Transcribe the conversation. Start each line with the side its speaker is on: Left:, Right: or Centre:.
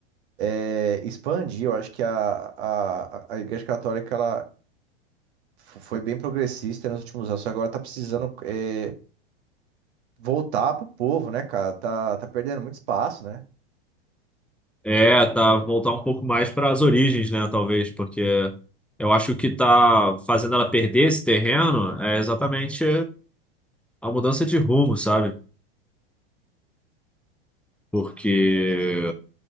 Right: é, expandir. Eu acho que a, a, a Igreja Católica ela f- foi bem progressista nos últimos anos, só agora tá precisando é, voltar pro povo, né, cara? Tá, tá perdendo muito espaço, né?
Centre: é, tá, voltar um pouco mais para as origens, né? Talvez, porque eu acho que o que tá fazendo ela perder esse terreno é exatamente a mudança de rumo, sabe? Porque